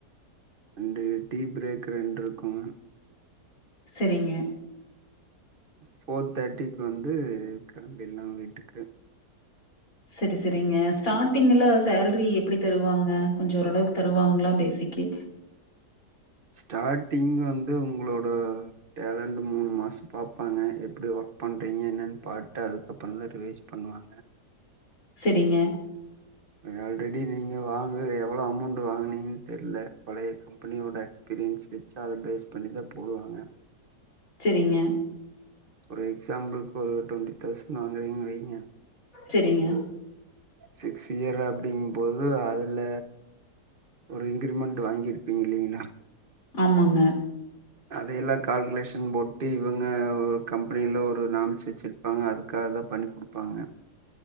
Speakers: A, on the right; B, on the left.
A: அண்டு டீ ப்ரேக் ரெண்டுருக்குங்க
B: செரிங்க
A: ஃபோர் தேர்ட்டிக்கு வந்து கெளம்பிர்லா வீட்டுக்கு
B: செரி செரிங்க ஸ்டார்டிங்ல சேலரி எப்புடி தருவாங்க கொஞ்சோ ஓரளவுக்கு தருவாங்களா ஃபேசிக்கே
A: ஸ்டார்ட்டிங் வந்து உங்களோட டேலண்ட் மூணு மாஸ் பாப்பாங்க எப்டி ஒர்க் பண்ணுறீங்க என்னன்னு பாட்டு அதுக்கப்பறோ தா ரிவைஸ் பண்ணுவாங்க
B: செரிங்க
A: ஆல்ரெடி நீங்க வாங்கது எவ்வளோ அமௌண்ட் வாங்கனீங்கன் தெர்ல பழைய கம்பெனியோட எக்ஸ்பீரியன்ஸ் வெச்சு அத பேஸ் பண்ணிதா போடுவாங்க
B: செரிங்க
A: ஒரு எக்ஸாம்பிள்க்குக்கு ஒரு ட்வெண்ட்டி தௌசண் வாங்குறீங் வைங்க
B: சரிங்க.
A: சிக்ஸ் இயரு அப்டிங்கும்போது அதுல ஒரு இன்க்ரிமெண்ட் வாங்கிருப்பீங்க இல்லிங்கிளா
B: ஆமாங்க
A: அது எல்லா கால்க்குலேஷன் <unintelligible> விட்டு இவங்க ஒரு கம்பெனியில ஒரு நாம்ஸு வச்சிருப்பாங்க அதுக்காக தா பண்ணி குடுப்பாங்க